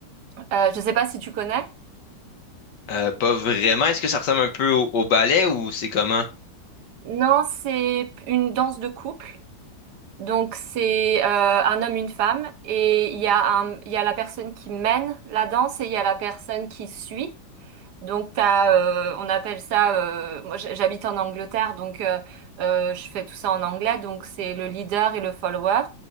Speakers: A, on the right (about 65°); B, on the left (about 70°).
A: Euh, je sais pas si tu connais.
B: Euh, pas vraiment. Est-ce que ça ressemble un peu au, au ballet ou c'est comment?
A: Non, c'est une danse de couple. Donc c'est euh, un homme, une femme, et il y a un, il y a la personne qui mène la danse et il y a la personne qui suit. Donc t'as, euh, on appelle ça, euh, moi j- j'habite en Angleterre, donc euh, euh, je fais tout ça en anglais, donc c'est le leader et le follower.